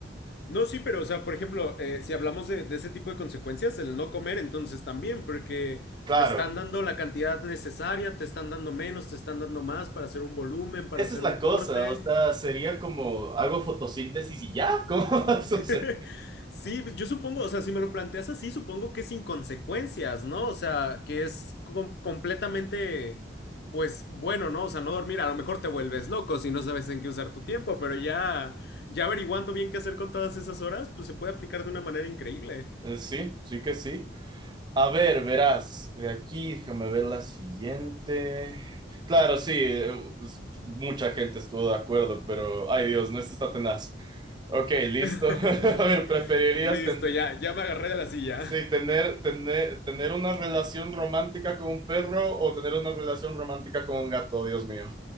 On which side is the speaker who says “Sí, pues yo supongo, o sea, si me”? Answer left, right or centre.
Left